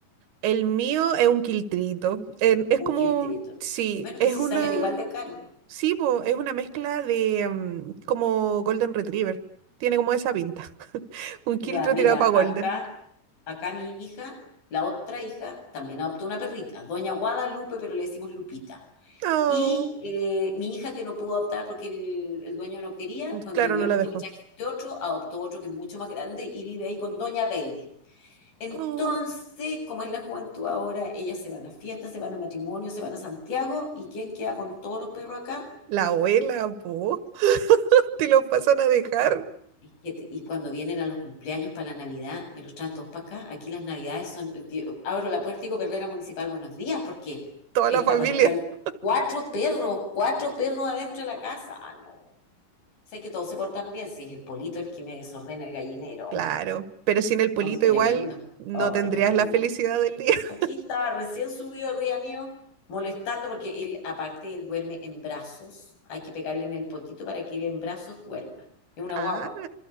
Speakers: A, on the right (about 85°); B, on the left (about 70°).
A: El mío es un quiltrito. en- es
B: Un
A: como,
B: quiltrito.
A: sí,
B: Bueno, pues
A: es
B: si
A: una...
B: salen igual de caro.
A: Sí, po, es una mezcla de mm, como Golden Retriever. Tiene como esa pinta. <laughs> Un
B: Ya,
A: Kiltro
B: mira,
A: tirado para Golden.
B: acá, acá mi hija, la otra hija, también adoptó una perrita, Doña Guadalupe, pero le decimos Lupita.
A: Oh,
B: Y eh, mi hija que no pudo adoptar porque el, el dueño no quería,
A: mm,
B: cuando
A: claro,
B: me vio
A: no
B: a mí
A: la dejó.
B: que me traje este otro, adoptó otro que es mucho más grande y vive ahí con Doña Bailey. Entonces,
A: Oh,
B: como es la juventud ahora, ellas se van a fiestas, se van a matrimonios, se van a Santiago y ¿quién queda con todos los perros acá?
A: la abuela, po. <laughs> Te lo pasan a dejar
B: Y, que- te- y cuando vienen a los cumpleaños para la Navidad, me los traen todos para acá. Aquí las Navidades son, yo abro la puerta y digo, Perrera Municipal, buenos días, porque
A: toda
B: esta
A: la familia.
B: cuestión,
A: <laughs>
B: cuatro perros, cuatro perros adentro de la casa, ah, no. Sé que todos se portan bien, si es el polito el que me desordena el gallinero,
A: Claro,
B: hombre.
A: pero sin el polito
B: Son tremendos.
A: igual no
B: Ay,
A: tendrías
B: qué polito.
A: la felicidad del día. <laughs>
B: Aquí estaba recién subido arriba mío, molestando porque él, aparte, él duerme en brazos. Hay que pegarle en el potito para que él en brazos duerma. Es una
A: Ah,
B: guagua.